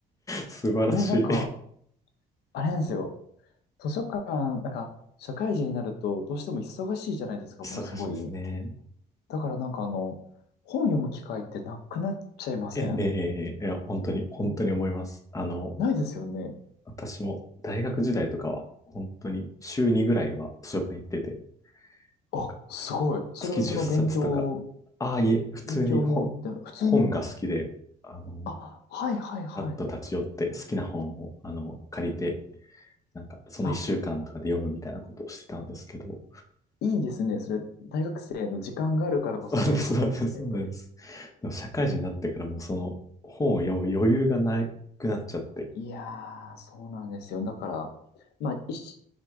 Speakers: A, on the left; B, on the left.
A: 素晴らしい。
B: ね、なんか、あれなんですよ。図書館、なんか、社会人になると、どうしても忙しいじゃないですか、
A: <laughs> 忙しいですね。
B: ものすごい。だからなんかあの、本読む機会ってなくなっちゃいません
A: え、え、え、え、ええいや、本当に、本当に思います。
B: ん
A: あの、
B: ないですよね。
A: 私も大学時代とかは、本当に週2ぐらいは図書館行ってて、
B: あ、
A: なんか
B: すごい。それはその勉強、
A: 月10冊とか、ああ、いえ、普通に本、
B: 勉強も、で普通に
A: 本が好きで、あの、
B: あ、はいはいはい。
A: ふらっと立ち寄って好きな本を、あの、借りてなんかその一週間とかで読むみたいなことをしてたんですけど、
B: あ、いいですね。それ、大学生の時間があるからこそできることですよね、
A: そうです、そうです、そうです。
B: やっぱり。
A: でも社会人になってからもうその本を読む余裕がなくなっちゃって。
B: いやー、そうなんですよ。だから、まあ、一